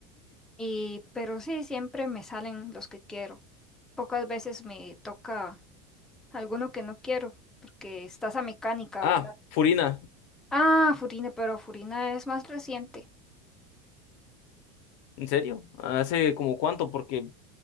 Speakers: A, in the centre; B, on the left (about 65°).
A: Y, pero sí, siempre me salen los que quiero. Pocas veces me toca alguno que no quiero, porque está esa mecánica,
B: Ah,
A: ¿verdad?
B: Furina.
A: Ah, Furina, pero Furina es más reciente.
B: ¿En serio? ¿Hace como cuánto? Porque